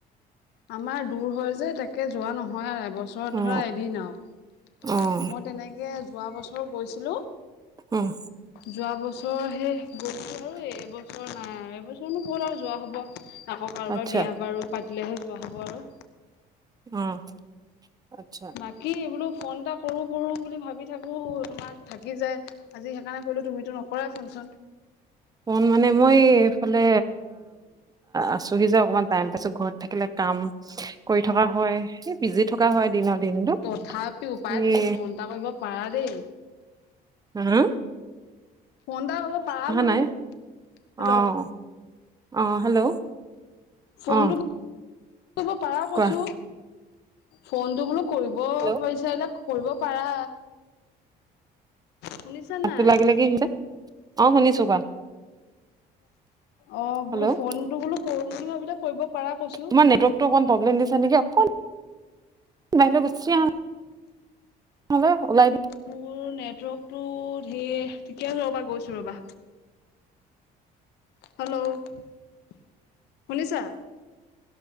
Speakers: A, on the left (about 80°); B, on the right (about 20°).
A: আমাৰ দূৰ হয় যে তাকে যোৱা নহয় আৰু বছৰত
B: অ
A: ধৰা এদিন আৰু
B: অ
A: মই তেনেকে যোৱা বছৰ গৈছিলো।
B: উম,
A: যোৱা বছৰ সে গৈছো আৰু এইবছৰ নাই আৰু। বছৰ ক'ৰ আৰু যোৱা হ'ব আকৌ কাৰোবাৰ
B: আচ্ছা
A: বিয়া বাৰু পাতিলেহে যোৱা হ'ব আৰু।
B: উম। আচ্ছা।
A: বাকী। এই বোলো ফোন এটা কৰো কৰো বুলি ভাবি থাকো তোমাক থাকি যায় আজি সেইকাৰণে কলো তুমিতটো নকৰা। ৰা চোনচোন।
B: ফোন মানে মই এইফালে আছোহি যে, অকমান টাইম পাইছো, ঘৰত থাকিলে। কাম কৰি থকা হয়। সেই বিজি থকা হয়, দিনৰ দিনতো,
A: তথাপিও পাই
B: এই।
A: তুমি ফোন এটা কৰিব পাৰা দেই
B: হো-হো
A: ফোনটা কৰিব পাৰা বোলো?
B: নাই অ',
A: হেল্ল'
B: অ', হেল্ল'
A: ফোনটো।
B: অ',
A: কৰিব পাৰা কৈছো,
B: কোৱা।
A: ফোনটো বোলো কৰিব
B: হেল্ল'
A: পাৰিছা এ। কৰিব পাৰা শুনিছা
B: ভাতটো
A: নাই
B: লাগিলে কিছে অ, শুনিছো কোৱা?
A: অ,
B: হেল্ল'
A: বোলো ফোনটো বোলো কৰো বুলি ভাবিলে কৰিব পাৰা কৈছো
B: তোমাৰ নেটৱৰ্কটো, অকন প্ৰব্লেম দিছে নেকি? বাই গুচি আহা ওলাই দি।
A: মোৰ নেটৱৰ্কটো ঢেৰ, ঠিকে আছে ৰ'বা, গৈছো ৰ'বা। হেল্ল' শুনিছা?